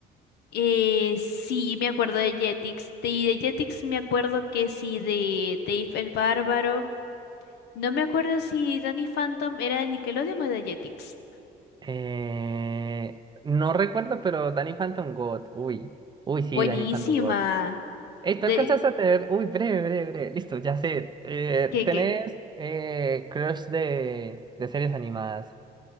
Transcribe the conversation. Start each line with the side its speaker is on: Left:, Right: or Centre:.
Left: Eh, sí, me acuerdo de Jetix. De, y de Jetix me acuerdo que sí, de Dave el Bárbaro. No me acuerdo si Danny Phantom era de Nickelodeon o de Jetix.
Right: Eh, no recuerdo, pero Danny Phantom God. Uy, uy, sí,
Left: Buenísima.
Right: Danny Phantom God. Ey,
Left: De,
Right: ¿tú alcanzaste a tener? Uy, breve, breve, breve. Listo, ya sé. Eh,
Left: ¿qué,
Right: ¿tenés
Left: qué?
Right: eh, crush de, de series animadas?